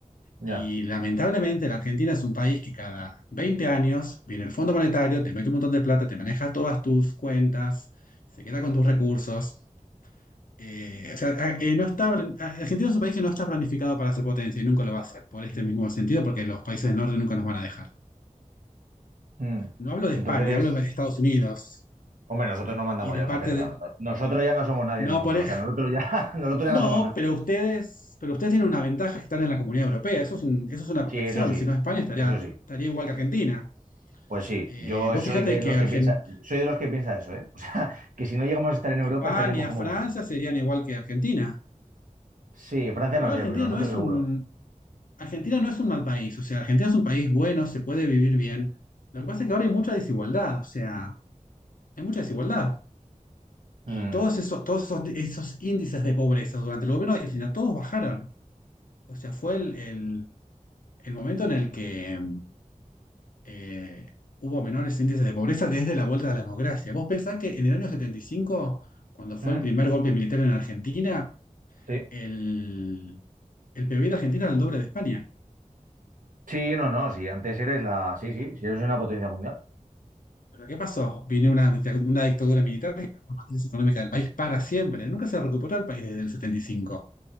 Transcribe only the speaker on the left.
Y lamentablemente la Argentina es un país que cada 20 años viene el Fondo Monetario, te mete un montón de plata, te maneja todas tus cuentas, se queda con tus recursos. Eh, o sea, eh, no está, Argentina es un país que no está planificado para ser potencia y nunca lo va a ser, por este mismo sentido, porque los países del norte nunca nos van a dejar.
No hablo de España,
hablo de Estados Unidos
y de
parte
de...
No,
por... e-
no,
pero ustedes, pero ustedes tienen una ventaja que están en la Comunidad Europea, eso es un- eso es una protección,
si no España estaría,
estaría igual que Argentina.
Eh,
vos
fíjate
que
Argen-
España,
Francia
serían igual que Argentina.
Igual
Argentina
no es
un, Argentina no es un mal país, o sea, Argentina es un país bueno, se puede vivir bien. Lo que pasa es que ahora hay mucha desigualdad, o sea, hay mucha desigualdad. Y
todos esos, todos esos, esos índices de pobreza durante el gobierno de Cristina, todos bajaron. O sea, fue el, el- el momento en el que eh, hubo menores índices de pobreza desde la vuelta de la democracia. ¿Vos pensás que en el año 75, cuando fue
el primer golpe militar en Argentina,
el, el PBI de Argentina era el doble de España?
¿Pero qué pasó? Vino una, dicta- una dictadura militar que cambió la matriz económica del país para siempre. Nunca se recuperó el país desde el 75.